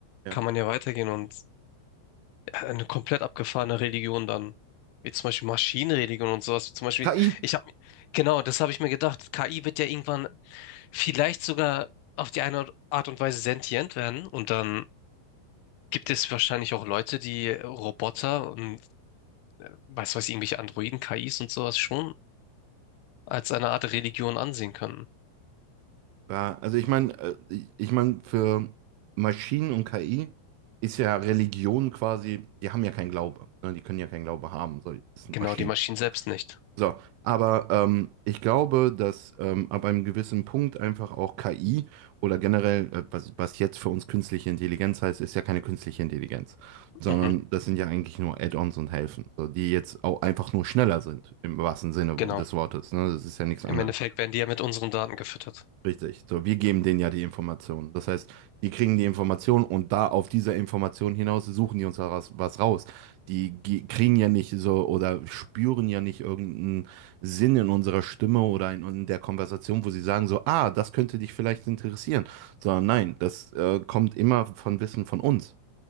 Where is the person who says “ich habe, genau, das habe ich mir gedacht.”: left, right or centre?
Left